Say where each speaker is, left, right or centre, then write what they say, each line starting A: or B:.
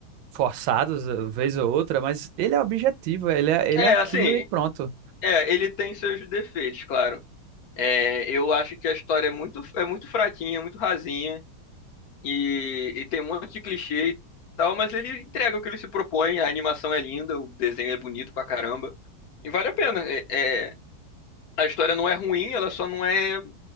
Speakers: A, on the right; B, on the left.
A: forçados, eh, vez ou outra, mas ele é objetivo, ele é, ele
B: é
A: é aquilo
B: assim,
A: e pronto.
B: é, ele tem seus defeitos, claro. É, eu acho que a história é muito, é muito fraquinha, muito rasinha e, e tem um monte de clichê e tal, mas ele entrega o que ele se propõe. A animação é linda, o desenho é bonito pra caramba. E vale a pena. É, é, a história não é ruim, ela só não é